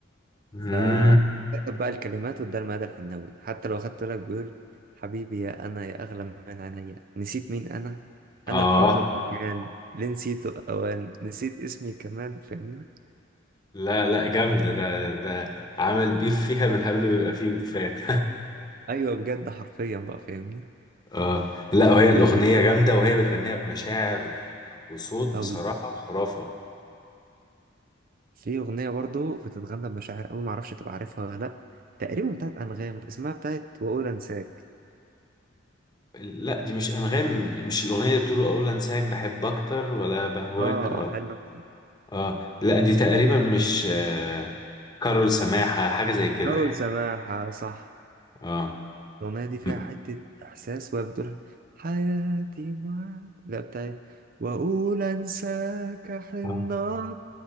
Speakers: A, on the left; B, on the right.
A: مم.
B: فكتب بقى الكلمات واداها لمدى الحناوي حتى لو اخدت بالك بيقول حبيبي يا انا يا اغلى من عينيا نسيت مين انا
A: آه
B: انا الحب اللي كان ليه نسيته اوان نسيت اسمي كمان فاهمني
A: لا لا جامدة ده ده عمل بيف فيها من قبل ما يبقى فيه بيفات
B: ايوه بجد حرفيا بقى فاهمني
A: <laughs> آه لا وهي الأغنية
B: وانت
A: جامدة وهي بتغنيها بمشاعر وصوت
B: او
A: بصراحة خرافة
B: في اغنيه برضو بتتغنى بمشاعر قوي معرفش تبقى عارفها ولا لا تقريبا بتاعت انغام اسمها بتاعت واقول انساك
A: لا دي مش أنغام مش الأغنية اللي بتقول أقول أنساك بحب أكتر ولا بهواك
B: اه حلو
A: اه لا دي تقريبا مش آه كارول سماحة حاجة زي كده
B: كارول
A: يعني
B: سماحه صح
A: اه
B: الأغنية دي فيها
A: م-
B: حتة إحساس وهي بتقول حياتي معاك لا بتاعت وأقول أنساك حنات
A: آه.